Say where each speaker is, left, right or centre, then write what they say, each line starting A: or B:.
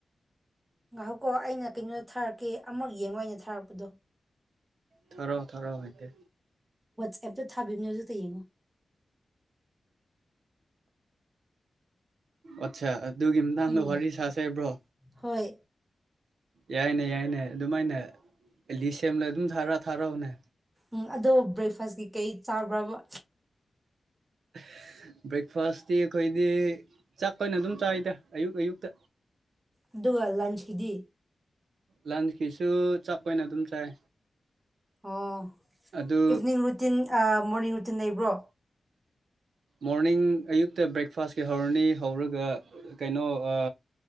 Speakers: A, on the right (about 20°); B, on the right (about 85°).
A: ꯉꯥꯏꯍꯧꯀꯣ ꯑꯩꯅ ꯀꯩꯅꯣꯗ ꯊꯥꯔꯛꯀꯦ ꯑꯃꯛ ꯌꯦꯡꯉꯣ ꯑꯩꯅ ꯊꯥꯔꯛꯄꯗꯣ
B: ꯊꯔꯣ ꯊꯔꯣ ꯍꯥꯏꯗꯤ
A: ꯋꯥꯆꯦꯞꯇ ꯊꯥꯕꯤꯕꯅꯦ ꯑꯗꯨꯇ ꯌꯦꯡꯉꯣ
B: ꯑꯆꯥ ꯑꯗꯨꯒꯤ ꯃꯇꯥꯡꯗꯣ
A: ꯎꯝ
B: ꯋꯥꯔꯤ ꯁꯥꯁꯦꯕ꯭ꯔꯣ
A: ꯍꯣꯏ
B: ꯌꯥꯏꯅꯦ ꯌꯥꯏꯅꯦ ꯑꯗꯨꯃꯥꯏꯅ ꯂꯤ ꯁꯦꯝꯅ ꯑꯗꯨꯝ ꯊꯥꯔ ꯊꯥꯔꯛꯎꯅꯦ
A: ꯎꯝ ꯑꯗꯣ ꯕ꯭ꯔꯦꯛꯐꯥꯁꯀꯤ ꯀꯩ ꯆꯥꯕ꯭ꯔꯕ
B: <inaudible> ꯕ꯭ꯔꯦꯛꯐꯥꯁꯇꯤ ꯑꯩꯈꯣꯏꯗꯤ ꯆꯥꯛ ꯑꯣꯏꯅ ꯑꯗꯨꯝ ꯆꯥꯏꯗ ꯑꯌꯨꯛ ꯑꯌꯨꯛꯇ
A: ꯑꯗꯨꯒ ꯂꯟꯁꯀꯤꯗꯤ
B: ꯂꯟꯁꯀꯤꯁꯨ ꯆꯥꯛꯄ ꯑꯣꯏꯅ ꯑꯗꯨꯝ ꯆꯥꯏ
A: ꯑꯣ
B: ꯑꯗꯨ
A: ꯏꯚꯤꯅꯤꯡ ꯔꯨꯇꯤꯟ ꯃꯣꯔꯅꯤꯡ ꯔꯨꯇꯤꯟ ꯂꯩꯕ꯭ꯔꯣ
B: ꯃꯣꯔꯅꯤꯡ ꯑꯌꯨꯛꯇ ꯕ꯭ꯔꯦꯛꯐꯥꯁꯀꯤ ꯍꯧꯔꯅꯤ ꯍꯧꯔꯒ ꯀꯩꯅꯣ ꯑꯥ